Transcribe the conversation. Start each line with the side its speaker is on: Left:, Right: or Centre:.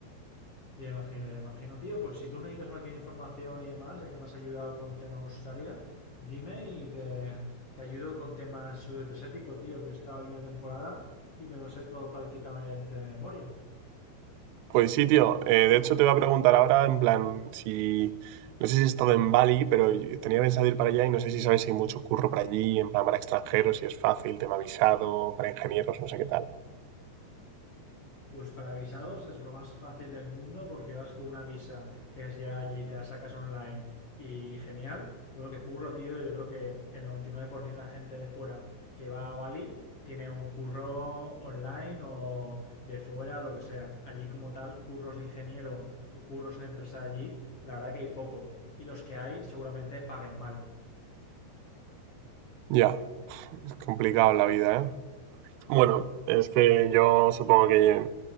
Left: Ya imagino, ya imagino. Tío, pues si tú necesitas cualquier información y demás, ya que me has ayudado con tema Australia, dime y te, te ayudo con temas sudeste asiático, tío, que estaba ahí una temporada y me lo sé todo prácticamente de memoria.
Right: Pues sí, tío. Eh, de hecho, te voy a preguntar ahora, en plan, si... No sé si he estado en Bali, pero yo tenía pensado ir para allá y no sé si sabes si hay mucho curro para allí, en plan, para extranjeros, si es fácil, tema visado, para ingenieros, no sé qué tal.
Left: Pues para visados es lo más fácil del mundo porque vas con una visa que es llegar allí, te la sacas online y genial. Luego que curro, tío, yo creo que el 99% de la gente de fuera que va a Bali tiene un curro online o de fuera o lo que sea. Allí como tal, curros de ingeniero o curros en empresa allí, la verdad que hay poco. Y los que hay seguramente paguen mal.
Right: Ya, es complicado la vida, ¿eh? Bueno, es que yo supongo que